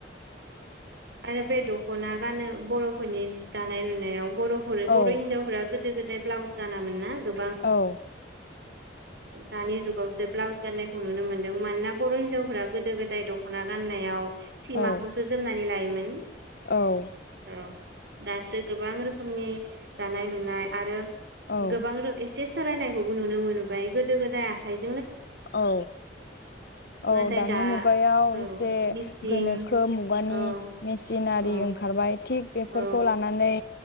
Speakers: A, on the right; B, on the left.
A: आरो बे दर दख'ना गानो बर'फोरनि दानाय लुनायाव बर'फोर
B: औ
A: बर' हिनजावफोरा गोदो गोदाय ब्लाउस गानामोन ना गो
B: औ
A: दानि जुगावसो ब्लाउस गान्नायखौ नुनो मोनदों मानोना बर' हिन्जावफोरा गोदो गोदाय दख'ना गाननायाव सिमाखौसो
B: औ
A: जोमनानै लायोमोन। <unintelligible>
B: औ
A: औ दासो गोबां रोखोमनि दानाय लुनाय आरो
B: औ
A: गोबां रो एसे सोलायनायखौबो नुनो मोनबाय गोदो गोदाय आखायजों
B: औ औ
A: नाथाय
B: दानि
A: दा
B: मुगायाव
A: औ
B: एसे
A: मिसिं
B: गोनोखो मुगानि
A: औ
B: मेसिन आरो
A: औ
B: ओंखारबाय। थिग बेफोरखौ
A: औ
B: लानानै